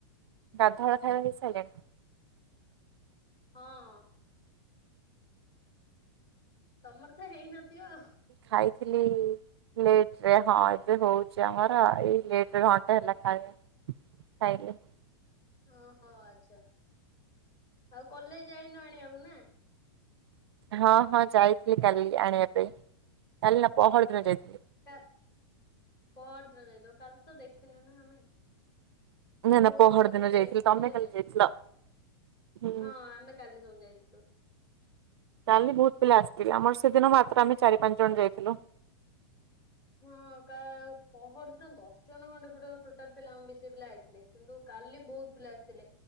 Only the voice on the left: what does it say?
ହଁ ହଁ। ତମରତ ହେଇନଥିବ।
ଓହୋ ଆଚ୍ଛା ଆଉ କଲେଜ ଯାଇନ ଆଣିବାକୁ ନା।
କା ପରଦିନ ଯାଇଥିବ, କାଲି ତ ଦେଖିନୁ ନା ଆମେ। କାଲି
ବହୁତ
ପିଲା ତଥାପି
ଆସିଥିଲେ
ଯେ
ହଁ ଆମେ କାଲି ସବୁ ଯାଇଥିଲୁ।
ହଁ କ ପହର ଦିନ ଦଶ ଜଣ ଖଣ୍ଡେ ପଟ ଟୋଟାଲ ପିଲା ଆ ବେଶୀ ପିଲା ହେଇଥିଲେ କିନ୍ତୁ କା କାଲି ବହୁତ ପିଲା ଆସିଥିଲେ।